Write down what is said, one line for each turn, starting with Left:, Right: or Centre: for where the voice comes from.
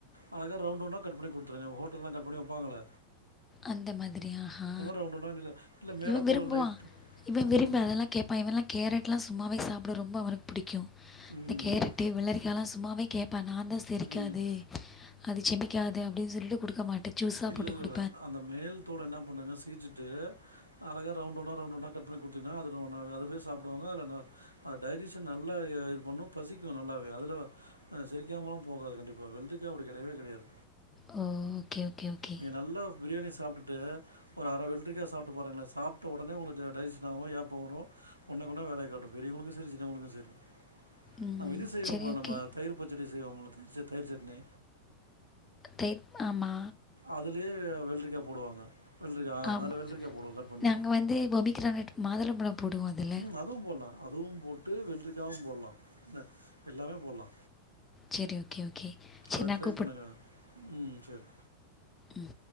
Right: அழகா ரவுண்ட் ரவுண்டா கட் பண்ணி குடுத்துருங்க ஹோட் ல்லா கட் பண்ணி வெப்பாங்களே
Left: அந்த மாத்ரியா ஹா
Right: ரவுண்ட் ரவுண்டா இல்ல இல்ல மேல
Left: இவ விரும்புவா
Right: தோல லைட்
Left: இவ
Right: ம்.
Left: விரும்பி அதல்லா கேப்பா இவல்லா கேரட் லா சும்மாவே சாப்ட ரொம்ப அவனுக்கு புடிக்கூ
Right: ம்.
Left: இந்த கேரட்டு
Right: ம்.
Left: வெள்ளரிக்காலா ஸ் மாவே கேப்பான் நாந்தா செரிக்காது
Right: ம்.
Left: அது செமிக்காது அப்டின்னு சொல்லிட்டு குடுக்க மாட் ட்டு ஜூஸா
Right: இல்ல
Left: போட்டு
Right: இல்ல
Left: கொடு
Right: இல்ல. அந்த மேல் தோள என்ன பண்ணுங்க சீச்சுட்டு அழகா ரவுண்ட் ரவுண்டா ரவுண்ட் ரவுண்டா கட் பண்ணிகுடுத்தீங்ன்னா அதுவே சாப்டுவாங்க டைஜசன் நல்லா இது பண்ணு பசிக்கு நல்லாவே அது ஆஹ் செரிக்காமலா போகாது கண்டிப்பாக வெள்ரிக்கா அப்டி கெடையவே கெடையாது
Left: ஓ ஓகே, ஓகே, ஓகே.
Right: நீ நல்லா பிரியாணி சாப்ட்டுட்டு ஒரு அரை வெள்ரிக்கா சாப்ட்டு பாருங்களன் சாப்ட்ட உடனே உங்களுக்கு டைஜஸன் ஆகு ஏப்ப வரு ஒடனக்குடனே வேலைய காட்டு பெரியவங்களுக்கு செரி சின்னவங்களுக்கு செரி
Left: ம்.
Right: நம்ம இது செய்வோம்லா
Left: சரி ஓகே.
Right: நம்ம தயி்ர் பச்சடி இது ஒங்களுக்கு புச்ச தயிர் சட்னி
Left: தயிர் ஆம்மா
Right: அதுலே வெள்ரிக்கா போடுவாங்க வெள்ரிக்கா ஆ
Left: ஆமா.
Right: அதுல வெள்ரிக்கா போடுவோ கட் பண்ணி
Left: நாங்க வந்து பொமிகிரானட் மாதுளம்பழம் போடுவோம் அதில.
Right: உம் அதுவு போலா அதுவு போட்டு வெள்ரிக்காவு போட்லா இல்ல எல்லாமே போட்லா
Left: சரி ஓகே, ஓகே. சரி
Right: அது
Left: நான்
Right: ட்ரை பண்ணுங்க ம் சரி
Left: ம்